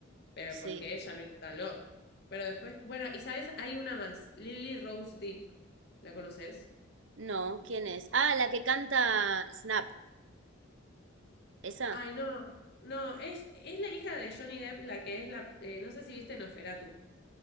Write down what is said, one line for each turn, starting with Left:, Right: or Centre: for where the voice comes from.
Left: Pero
Right: sí,
Left: porque ella lo instaló. Pero después, bueno, y sabes, hay una más, Lily Rose Depp. ¿La conoces?
Right: no, ¿quién es? Ah, la que canta Snap, esa.
Left: Ay, no, no, es, es la hija de Johnny Depp, la que es la, eh, no sé si viste Noferatu.